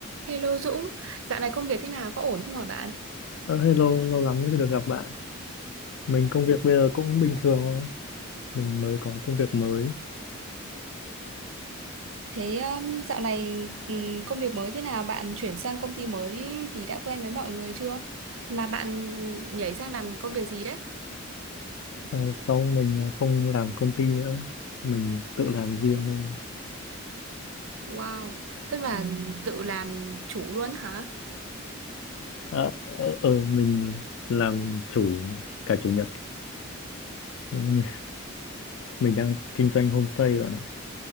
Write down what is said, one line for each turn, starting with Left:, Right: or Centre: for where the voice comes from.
Right: Hello Dũng, dạo này công việc thế nào, có ổn không hả bạn?
Left: Ờ, hello, lâu lắm mới được gặp bạn. Mình công việc bây giờ cũng bình thường thôi. Mình mới có công việc mới.
Right: Thế um, dạo này um, công việc mới thế nào? Bạn chuyển sang công ty mới thì đã quen với mọi người chưa? Mà bạn nhảy sang làm công việc gì đấy?
Left: Ờ, sau mình ờ, không làm công ty nữa. Mình tự làm riêng thôi.
Right: Wow, tức Ừ. là Ừ. tự làm chủ luôn hả?
Left: Ờ, ờ, ờ, mình làm chủ cả chủ nhật. <laughs> Ừ, Mình, mình đang kinh doanh homestay bạn ạ.